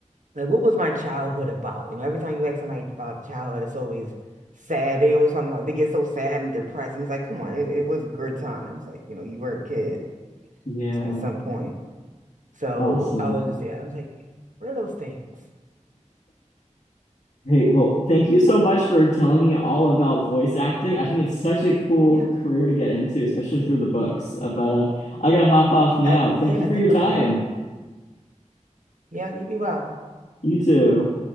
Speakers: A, on the right; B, on the left.
A: Like, what was my childhood about? You know, every time you ask somebody about childhood, it's always sad. They always talking about they get so sad and depressed, and it's like, come on, it, it was good times. Like, you know, you were a kid
B: Yeah.
A: at some point. So
B: Awesome.
A: I was just, yeah, I was like, what are those things?
B: Hey, well, thank you so much for telling me all about voice acting. I think it's such a cool
A: Yeah,
B: career to get into, especially through the books. Uh, but uh, I gotta hop off now.
A: I,
B: Thank
A: yeah,
B: you for
A: think
B: your time.
A: about it. Yeah, you be well.
B: You too.